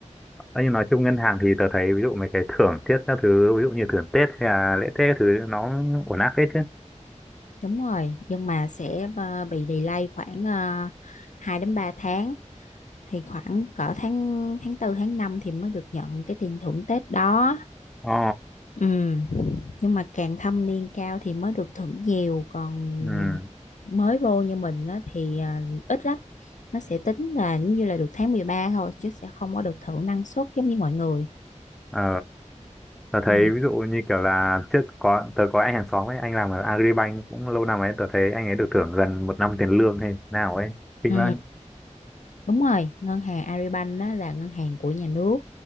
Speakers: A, in the centre; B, on the left.
A: Đấy, nhưng nói chung ngân hàng thì tớ thấy ví dụ mấy cái thưởng tết, các thứ ví dụ như thưởng Tết hay là lễ Tết các thứ nó ổn áp hết chứ.
B: đúng rồi nhưng mà sẽ ờ, bị delay khoảng uh, 2 đến 3 tháng thì khoảng cỡ tháng tháng tư tháng 5 thì mới được nhận cái tiền thưởng Tết đó
A: Ồ,
B: Ừ, nhưng mà càng thâm niên cao thì mới được thưởng nhiều còn
A: ừ,
B: mới vô như mình á thì à, ít lắm nó sẽ tính là giống như là được tháng 13 thôi chứ sẽ không có được thưởng năng suất giống như mọi người
A: ờ, tớ thấy
B: Ừ.
A: ví dụ như kiểu là trước có tớ có anh hàng xóm ấy, anh làm ở Agribank cũng lâu năm ấy, tớ thấy anh ấy được thưởng gần một năm tiền lương hay nào ấy, kinh
B: ừ,
A: vãi.
B: đúng rồi ngân hàng Agribank á là ngân hàng của nhà nước